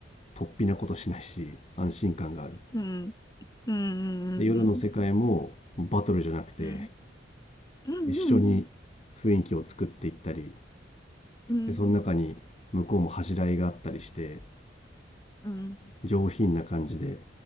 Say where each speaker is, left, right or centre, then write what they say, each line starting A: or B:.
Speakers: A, on the left; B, on the left.
A: 突飛なことしないし安心感がある
B: うん、うん、う
A: で夜の世界もバトルじゃなくて
B: ん、うん、うん、うん、
A: 一緒に雰囲気を作っていったり
B: うん、
A: でその中に向こうも恥じらいがあったりして
B: うん、うん、
A: 上品な感じで、